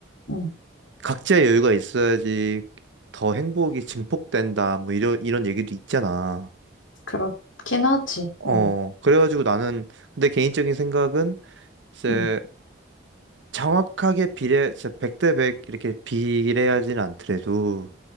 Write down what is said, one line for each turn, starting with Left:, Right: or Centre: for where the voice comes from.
Left: 응.
Right: 각자의 여유가 있어야지 더 행복이 증폭된다 뭐 이런 이런 얘기도 있잖아.
Left: 그렇긴 하지.
Right: 어
Left: 응,
Right: 그래가지고 나는 근데 개인적인 생각은 이제
Left: 응,
Right: 정확하게 비례 진짜 100대 100 이렇게 비례하지는 않더라도